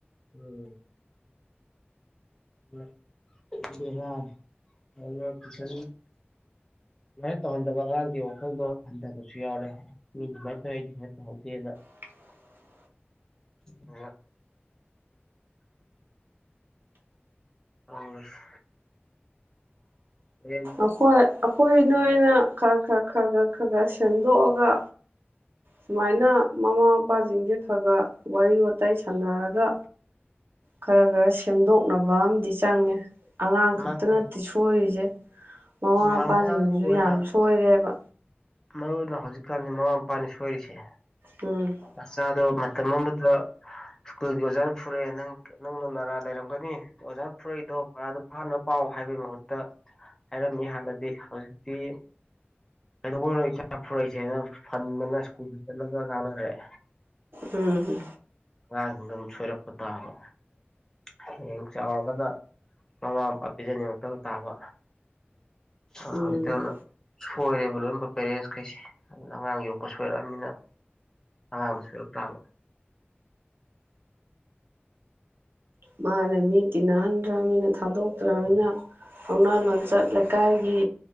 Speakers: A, on the left; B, on the right.
A: ꯎꯝ꯫ <unintelligible> ꯕꯦꯔꯥꯅꯦ <unintelligible> ꯄꯨꯁꯤꯜ ꯁꯨꯃꯥꯏ ꯇꯧꯍꯟꯗꯕ ꯑꯉꯥꯡꯒꯤ ꯋꯥꯈꯜꯗꯣ ꯍꯟꯊꯕꯁꯨ ꯌꯥꯎꯔꯦ ꯃꯤꯗꯤ ꯗꯨꯝꯃꯥꯏ ꯇꯧꯑꯦ ꯑꯩꯗꯤ ꯁꯨꯃꯥꯏ ꯇꯧꯍꯧꯗꯦꯅ
B: <inaudible>
A: ꯑꯣ ꯇꯧꯔꯁꯦ ꯔꯦꯟ
B: ꯑꯈꯣꯏ ꯑꯈꯣꯏ ꯅꯣꯏꯅ ꯈꯔ ꯈꯔ ꯈꯔꯒꯠ ꯈꯔꯒꯠ ꯁꯦꯝꯗꯣꯛꯑꯒ ꯁꯨꯃꯥꯏꯅ ꯃꯃꯥ ꯃꯄꯥꯁꯤꯡꯁꯦ ꯈꯔꯒꯠ ꯋꯥꯔꯤ ꯋꯇꯥꯏ ꯁꯥꯟꯅꯔꯒ ꯈꯔꯥ ꯈꯔꯥ ꯁꯦꯝꯗꯣꯛꯅꯕ ꯑꯃꯗꯤꯝ ꯆꯪꯉꯦ ꯑꯉꯥꯡ ꯈꯛꯇ
A: ꯃꯥꯅꯦ
B: ꯅꯠꯇꯦ ꯁꯣꯏꯔꯤꯖꯦ ꯃꯃꯥ ꯃꯄꯥꯁꯤꯡꯖꯤꯖꯨ
A: ꯃꯃꯥꯡ ꯑꯣꯏꯅ
B: ꯌꯥꯝ ꯁꯣꯏꯔꯦꯕ
A: ꯃꯔꯨ ꯑꯣꯏꯅ ꯍꯧꯖꯤꯛꯀꯥꯟꯗꯤ ꯃꯃꯥ ꯃꯄꯥꯅꯤ ꯁꯣꯏꯔꯤꯁꯦ
B: ꯎꯝ
A: ꯃꯆꯥꯗꯣ ꯃꯇꯝ ꯑꯃꯗ ꯁ꯭ꯀꯨꯜꯒꯤ ꯑꯣꯖꯥꯅ ꯐꯨꯔꯛꯑꯦ ꯅꯪ ꯅꯪꯅ ꯅꯔꯥ ꯂꯩꯔꯝꯒꯅꯤ ꯑꯣꯖꯥꯅ ꯐꯨꯔꯛꯏꯗꯣ ꯄꯔꯥꯗꯣ ꯐꯥꯅꯕ ꯄꯥꯎ ꯍꯥꯏꯕꯩ ꯃꯍꯨꯠꯇ ꯍꯥꯏꯔꯝꯃꯤ ꯍꯥꯟꯅꯗꯤ ꯍꯧꯖꯤꯛꯇꯤ ꯀꯩꯗꯧꯕꯩꯅꯣ ꯏꯆꯥ ꯐꯨꯔꯛꯏꯁꯦꯅ ꯐꯟꯕꯅ ꯁ꯭ꯀꯨꯜꯗ ꯆꯠꯂꯒ ꯉꯥꯡꯅꯔꯛꯑꯦ
B: ꯎꯝ
A: ꯑꯉꯥꯡꯁꯤꯡꯗ ꯑꯗꯨꯝ ꯁꯣꯏꯔꯛꯄ ꯇꯥꯕ ꯍꯌꯦꯡ ꯆꯥꯎꯔꯒꯗ ꯃꯃꯥ ꯃꯄꯥ ꯄꯤꯖꯅꯤꯡꯉꯛꯇꯕ ꯇꯥꯕ ꯍꯧꯖꯤꯛꯇ
B: ꯎꯝ
A: ꯇꯧꯅ ꯁꯣꯏꯔꯦꯕ ꯂꯣꯏꯅꯃꯛ ꯄꯦꯔꯦꯟꯁ ꯈꯩꯁꯦ ꯑꯗꯨꯅ ꯑꯉꯥꯡ ꯌꯣꯛꯄ ꯁꯣꯏꯔꯛꯑꯃꯤꯅ ꯑꯉꯥꯡ ꯁꯣꯏꯔꯛꯇꯥꯕ
B: ꯃꯥꯅꯦ ꯃꯤ ꯇꯤꯟꯅꯍꯟꯗ꯭ꯔꯕꯃꯤꯅ ꯊꯥꯗꯣꯛꯇ꯭ꯔꯃꯤꯅ ꯍꯧꯅ ꯂꯣꯟꯆꯠ ꯂꯩꯀꯥꯏꯒꯤ